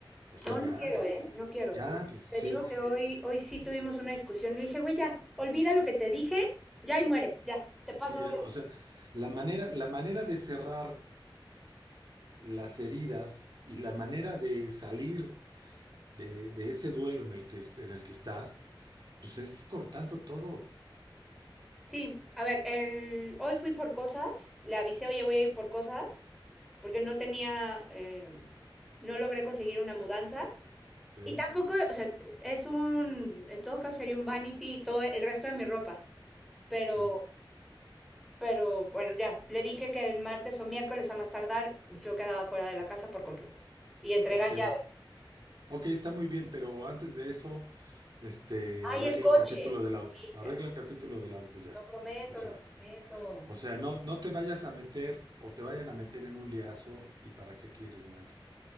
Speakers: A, on the right; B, in the centre.
A: O sea,
B: No,
A: ya,
B: no quiero,
A: ya,
B: ¿eh? No quiero.
A: ya,
B: Porque
A: pues
B: te
A: sí,
B: digo que hoy, hoy sí tuvimos una discusión. Le dije, güey, ya, olvida lo que te dije, ya y muere, ya. Te paso.
A: sí, el- o sea, la manera, la manera de cerrar las heridas y la manera de salir de, de ese duelo en el que, en el que estás, pues es cortando todo.
B: Sí, a ver, el... hoy fui por cosas. Le avisé, oye, voy a ir por cosas. Porque no tenía. eh, no logré conseguir una mudanza.
A: Sí,
B: Y tampoco, o sea, es un. En todo caso sería un vanity y todo el resto de mi ropa. Pero
A: sí.
B: Pero bueno, ya, le dije que el martes o miércoles a más tardar yo quedaba fuera de la casa por completo. Y entregar
A: Ok,
B: llaves.
A: ok, está muy bien, pero antes de eso, este,
B: ¡Ay,
A: arregla
B: el coche!
A: el capítulo del auto,
B: Sí,
A: arregla
B: ya,
A: el capítulo del auto ya.
B: lo prometo,
A: O sea,
B: lo prometo.
A: o sea, no, no te vayas a meter o te vayan a meter en un liazo y para qué quieres, Nancy.